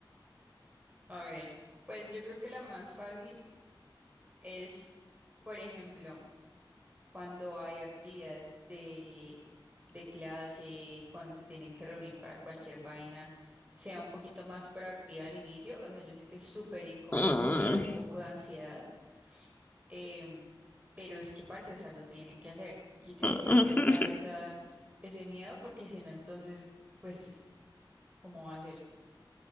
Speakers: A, on the right; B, on the left.
A: A ver, pues yo creo que la más fácil es, por ejemplo, cuando hay actividades de, de clase, cuando se tienen que reunir para cualquier vaina, sea un poquito más proactiva al inicio. O sea, yo sé que es súper incómodo
B: <laughs>
A: y da un poco
B: Mm,
A: de ansiedad, em, pero es que, parce, o sea, lo tiene que hacer y tiene
B: mm.
A: que afrontar esa, ese miedo porque si no, entonces, pues, ¿cómo va a ser?